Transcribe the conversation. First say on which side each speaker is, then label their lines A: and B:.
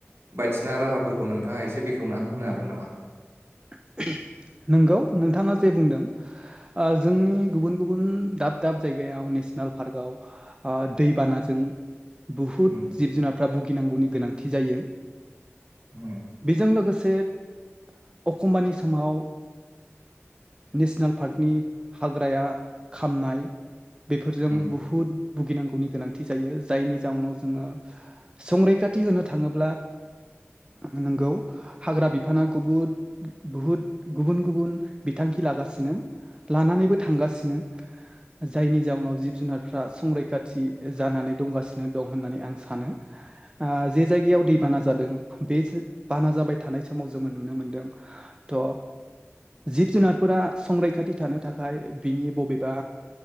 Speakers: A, on the right; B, on the right.
A: बायदिसिना राहाफोरखौ नोंथाङा एसे बेखेवनानै होनो हागोन नामा?
B: <unintelligible> नोंगौ नोंथाङा जे बुंदों जोंनि गुबुन गुबुन दाब दाब जायगायाव नेसनेल पार्क आव दै बानाजों बुहुत
A: उम
B: जिब जुनारफ्रा भुगिनांगौनि गोनांथि जायो
A: उम
B: बेजों लोगोसे एखमबानि समाव नेसनेल पार्कनि हाग्राया खामनाय बेफोरजों
A: उम
B: बुहुद भुगिनांगौनि गोनांथि जायो जायनि जाउनाव जोङो संरैखाथि होनो थाङोब्ला नंगौ हाग्रा बिफाना गुबुत बुहुद गुबुन गुबुन बिथांखि लागासिनो लानानैबो थांगासिनो। जायनि जाउनाव जिब जुनारफ्रा संरैखाथि जानानै दंगासिनो दं होननानै आं सानो जे जायगायाव दैबाना जादों बे बाना जाबाय थानाय समाव जोङो नुनो मोनदों थ'। जिब जुनारफोरा संरैखाथि थानो थाखाय बिनि बबेबा